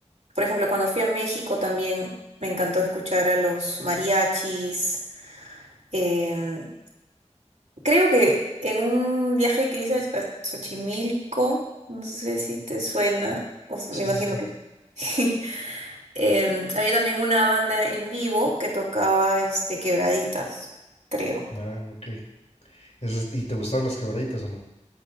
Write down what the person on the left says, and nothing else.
Sí,
sí, sí.
Ah, ok. Eso es- ¿y te gustaron las quebraditas o no?